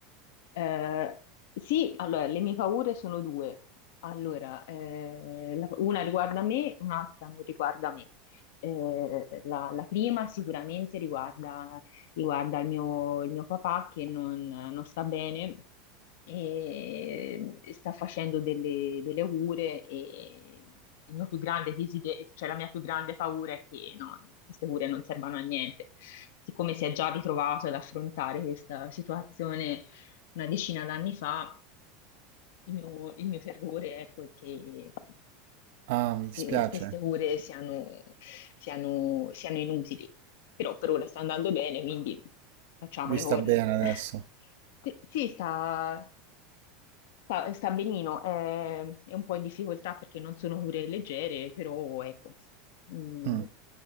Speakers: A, on the left; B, on the right.
A: Eh, sì, allora, le mie paure sono due. Allora, eh, la- una riguarda me, un'altra non riguarda me. Eh, la, la prima sicuramente riguarda, riguarda il mio, il mio papà che non, non sta bene e sta facendo delle, delle cure e il mio più grande desiderio, cioè la mia più grande paura è che non- queste cure non servano a niente. Siccome si è già ritrovato ad affrontare questa situazione una decina d'anni fa, il mio, il mio terrore ecco, è che,
B: Ah, mi
A: che
B: dispiace.
A: queste cure siano, siano- siano inutili. Però per ora sta andando bene, quindi facciamo
B: Lui
A: le
B: sta
A: corna.
B: bene adesso.
A: <laughs> Sì, sì, sta, sta, sta benino, è, è un po' in difficoltà perché non sono cure leggere, però ecco, mm,
B: Mm.